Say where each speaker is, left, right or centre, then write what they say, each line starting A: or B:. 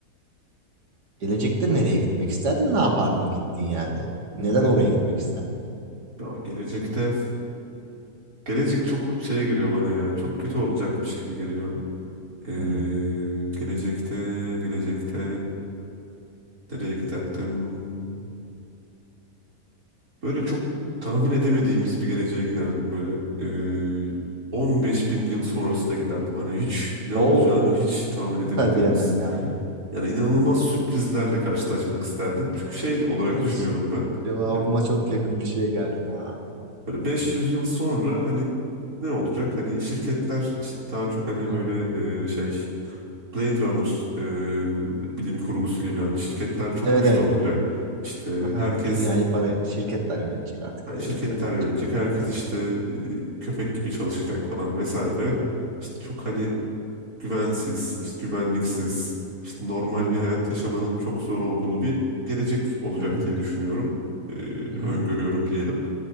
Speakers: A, on the right; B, on the right.
A: Gelecekte nereye gitmek isterdin? Ne yapardın gittiğin yerde? Neden oraya gitmek isterdin?
B: Ya gelecekte gelecek çok şey geliyor bana ya. Çok kötü olacakmış gibi geliyor. Ee,
A: Hmm.
B: gelecekte gelecekte nereye giderdim? Böyle çok tahmin edemediğimiz bir geleceğe giderdim. Böyle e, 15 bin yıl sonrasına giderdim. Hani hiç ne
A: Oo,
B: olacağını hiç tahmin edemediğimiz.
A: süper bir yerden geldin.
B: Yani inanılmaz sürprizlerle
A: Be-
B: karşılaşmak isterdim. Çünkü şey olarak
A: Benim
B: düşünüyorum ben.
A: cevabıma
B: Hani
A: çok yakın bir şeye geldin ha.
B: böyle 500 yıl sonra hani ne olacak? Hani şirketler işte daha çok hani
A: Evet
B: böyle e, şey Blade Runner e, bilim kurgusu gibi yani şirketler çok
A: evet.
B: güçlü
A: evet.
B: olacak. İşte
A: Aha,
B: herkes
A: dünyayı para şirketler yönetecek artık.
B: Yani
A: Devletler
B: şirketler
A: kalkacak
B: yönetecek.
A: ortadan
B: Herkes
A: falan.
B: işte e, köpek gibi çalışacak falan vesaire.
A: Hı hı,
B: İşte çok hani güvensiz, işte güvenliksiz, işte normal
A: Evet.
B: bir hayat yaşamanın çok zor olduğu bir gelecek olacak
A: Hı hı.
B: diye düşünüyorum. E,
A: Hı hı.
B: öngörüyorum diyelim.